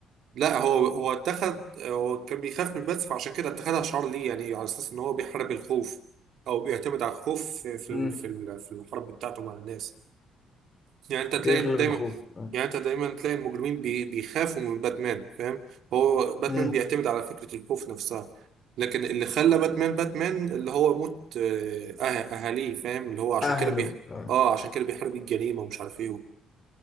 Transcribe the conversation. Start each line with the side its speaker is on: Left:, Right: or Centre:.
Right: لا هو هو اتخذ هو كان بيخاف من الباتس فعشان كده اتخذها شعار ليه يعني على أساس إن هو بيحارب الخوف أو بيعتمد على الخوف في في
Left: مم.
Right: ال- في ال- في الحرب بتاعته مع الناس يعني أنت
Left: بيغلب
Right: تلاقي إن دايما
Left: الخوف آه.
Right: يعني أنت دايما تلاقي المجرمين بي- بيخافوا من باتمان فاهم هو باتمان
Left: مم.
Right: بيعتمد على فكرة الخوف نفسها لكن اللي خلى باتمان باتمان اللي هو موت آه، أه- أهاليه فاهم اللي هو عشان
Left: اهله
Right: كده بيح
Left: آه.
Right: اه عشان كده بيحارب الجريمة ومش عارف إيه